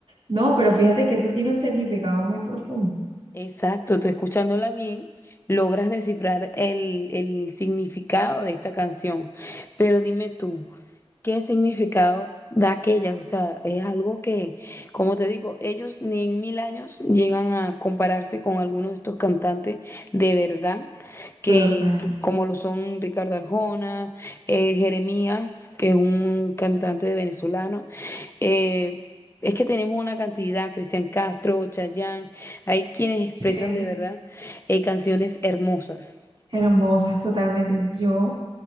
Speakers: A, on the right; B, on the left.
A: No, pero fíjate que eso tiene un significado muy profundo.
B: exacto, tú escuchándola bien, logras descifrar el, el significado de esta canción. Pero dime tú, ¿Qué significado da aquellas? O sea, es algo que, como te digo, ellos ni en mil años llegan a compararse con algunos de estos cantantes de verdad, que,
A: Total,
B: que como lo son Ricardo Arjona, eh, Jeremías, que es un cantante de venezolano. eh, es que tenemos una cantidad, Cristian Castro, Chayanne, hay quienes expresan
A: sí,
B: de verdad eh, canciones hermosas.
A: hermosas totalmente. Yo